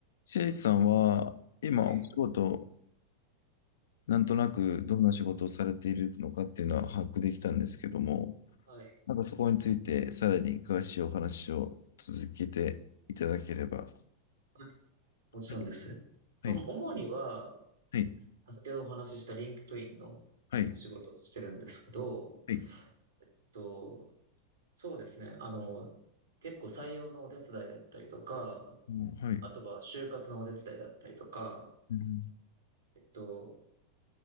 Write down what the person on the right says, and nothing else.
はい、
はい、
はい、もちろんです。
まあ、
主には、
先ほどお話ししたリンクトインの仕事をしてるんですけど、
と、そうですね。あの、結構採用のお手伝いだったりとか、
あとは就活のお手伝いだったりとか、
えっと、